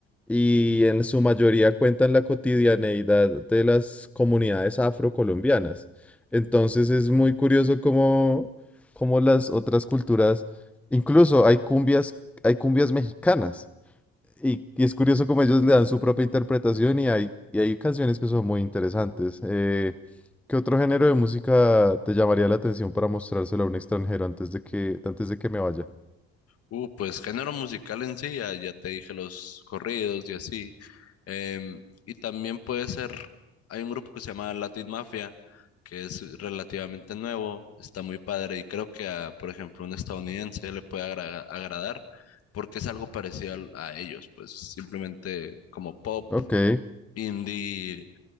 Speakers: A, in the centre; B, on the left (about 55°).
A: y en su mayoría cuentan la cotidianeidad de las comunidades afrocolombianas. Entonces es muy curioso cómo, cómo las otras culturas, incluso hay cumbias, hay cumbias mexicanas, y, y es curioso cómo ellos le dan su propia interpretación y hay, y hay canciones que son muy interesantes. Eh, ¿qué otro género de música te llamaría la atención para mostrárselo a un extranjero antes de que, antes de que me vaya?
B: Uh, pues género musical en sí, ya, ya te dije los corridos y así. Em, y también puede ser, hay un grupo que se llama Latin Mafia, que es relativamente nuevo, está muy padre y creo que a, por ejemplo, un estadounidense le puede agra- agradar porque es algo parecido al- a ellos, pues simplemente como pop,
A: Ok, en
B: indie,